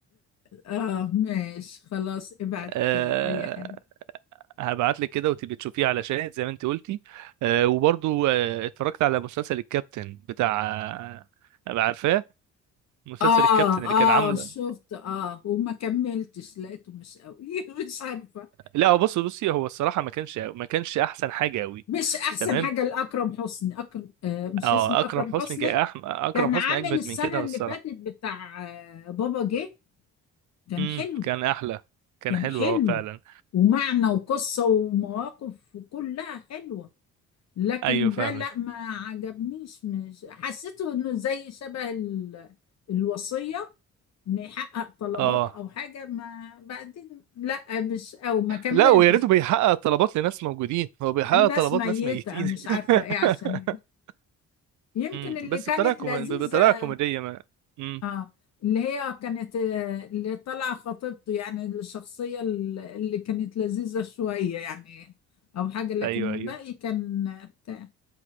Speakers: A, on the left (about 60°); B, on the right (about 75°).
A: اه ماشي خلاص ابعت
B: قوي
A: آه، اي حاجة
B: هبعت لك كده وتبقي تشوفيه على شاهد زي ما انت قلتي آه وبرضو آه اتفرجت على مسلسل الكابتن بتاع آه عارفاه مسلسل
A: اه
B: الكابتن اللي
A: اه
B: كان عامله
A: شفت اه وما كملتش لقيته مش قوي <laughs> مش عارفة
B: لا هو بص بصي هو الصراحه ما كانش ما كانش احسن حاجه قوي
A: مش احسن
B: تمام
A: حاجة لاكرم حسني اكرم آه مش
B: اه
A: اسمه
B: اكرم
A: اكرم
B: حسني
A: حسني
B: جاي أح... اكرم
A: كان
B: حسني
A: عامل
B: اجمد
A: السنة
B: من كده
A: اللي
B: الصراحه
A: فاتت بتاع آه بابا جه كان
B: امم
A: حلو
B: كان احلى كان
A: كان
B: حلو
A: حلو
B: اه فعلا
A: ومعنى وقصة ومواقف كلها حلوة لكن
B: ايوه
A: ده
B: فاهمك
A: لا ما عجبنيش مش حسيته انه زي شبه ال- الوصية ان يحقق طلبات
B: اه
A: او حاجة ما بعدين لا مش او ما كملتش
B: لا ويا ريته بيحقق طلبات لناس موجودين هو بيحقق
A: الناس
B: طلبات
A: ميتة
B: ناس ميتين
A: مش
B: <laughs>
A: عارفة ايه عشان يمكن
B: امم
A: اللي
B: بس
A: كانت
B: بطريقه كوم...
A: لذيذة
B: بطريقه كوميديه ما امم
A: اه اللي هي كانت آه، اللي طالعه خطيبته يعني الشخصيه ال- اللي كانت لذيذه شويه يعني او حاجه لكن
B: ايوه
A: الباقي
B: ايوه
A: كان آه، بتاع